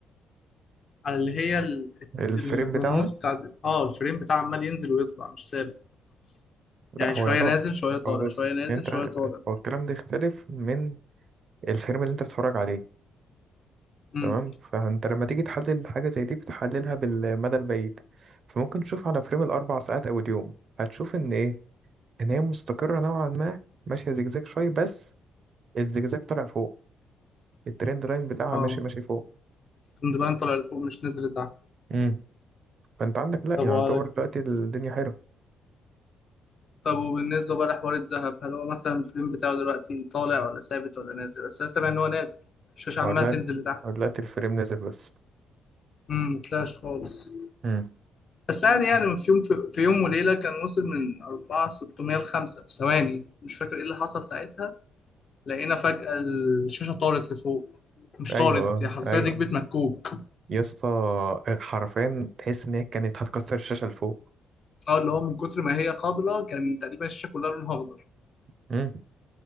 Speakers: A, on the left; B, on the right.
A: على اللي هي ال...
B: الفريم
A: الرموز
B: بتاعها
A: بتاعت اه الفريم بتاع عمال ينزل ويطلع مش ثابت
B: لا
A: يعني
B: هو
A: شوية
B: يعتبر
A: نازل شوية طالع
B: هو بص
A: شوية نازل
B: انت
A: شوية طالع
B: هو الكلام ده يختلف من الفيلم اللي انت بتتفرج عليه
A: امم
B: تمام فانت لما تيجي تحلل حاجة زي دي بتحللها بالمدى البعيد فممكن تشوف على فريم الاربع ساعات او اليوم هتشوف ان ايه ان هي مستقرة نوعا ما ماشية زجزاج شوية بس الزجزاج طالع فوق الترند لاين بتاعها
A: اه
B: ماشي ماشي فوق
A: اللاين طالع لفوق مش نازل لتحت
B: امم فانت عندك لا
A: طب
B: يعني
A: وقالك
B: يعتبر دلوقتي الدنيا حلوة
A: طب وبالنسبة بقى لحوار الذهب هل هو مثلا الفريم بتاعه دلوقتي طالع ولا ثابت ولا نازل بس انا سامع ان هو نازل الشاشة عمالة
B: او دلوقتي
A: تنزل لتحت
B: أو دلوقتي الفريم نازل بس
A: امم مطلعش خالص
B: امم
A: بس يعني يعني في يوم في, في يوم وليلة كان وصل من 4 600 ل 5 في ثواني مش فاكر ايه اللي حصل ساعتها لقينا فجأة الشاشة طارت لفوق مش
B: ايوه
A: طارت هي حرفيا
B: ايوه
A: ركبت مكوك
B: يا اسطى حرفيا تحس ان هي كانت هتكسر الشاشه اللي فوق
A: اه اللي هو من كتر ما هي خضرا كان تقريبا الشاشة كلها لونها اخضر
B: امم